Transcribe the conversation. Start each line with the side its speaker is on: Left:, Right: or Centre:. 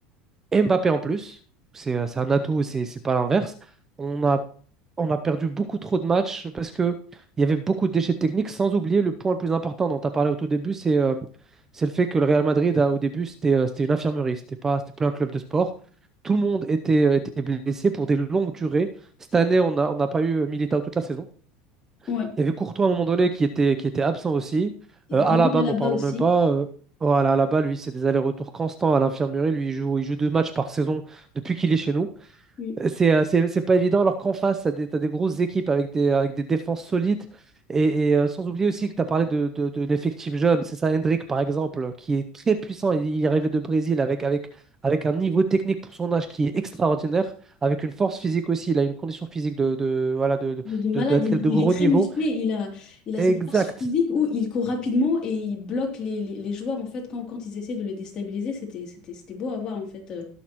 Right: et Mbappé en plus, c'est euh, c'est un atout, c'est c'est pas l'inverse. On a on a perdu beaucoup trop de matchs parce que il y avait beaucoup de déchets techniques, sans oublier le point le plus important dont tu as parlé au tout début, c'est euh, c'est le fait que le Real Madrid, a- au début, c'était euh, c'était une infirmerie, c'était pas, c'était plus un club de sport. Tout le monde était, euh, était blessé pour des longues durées. Cette année, on a- on n'a pas eu euh, Militao toute la saison.
Left: Ouais.
Right: Il y avait Courtois à un moment donné qui était, qui était absent aussi.
Left: Et
Right: Euh,
Left: David
Right: Alaba,
Left: Alaba
Right: n'en parlons
Left: aussi.
Right: même pas. Euh, voilà, Alaba, lui, c'est des allers-retours constants à l'infirmerie. Lui, il joue, il joue deux matchs par saison depuis qu'il est chez nous.
Left: Ouais.
Right: C'est euh, c'est- c'est pas évident alors qu'en face, t'as des, t'as des grosses équipes avec des, avec des défenses solides. Et, et, euh, sans oublier aussi que tu as parlé de, de- de l'effectif jeune. C'est ça, Hendrick, par exemple, qui est très puissant. Il, il est arrivé de Brésil avec, avec, avec un niveau technique pour son âge qui est extraordinaire, avec une force physique aussi. Il a une condition physique de, de, voilà, de, de,
Left: Mais de malade,
Right: de- d'athlète
Left: il,
Right: de
Left: il
Right: gros
Left: est très
Right: niveau.
Left: musclé, il a, il a cette
Right: Exact.
Left: force physique où il court rapidement et il bloque les, les- les joueurs en fait quand, quand ils essaient de le déstabiliser. C'était, c'était, c'était beau à voir en fait euh,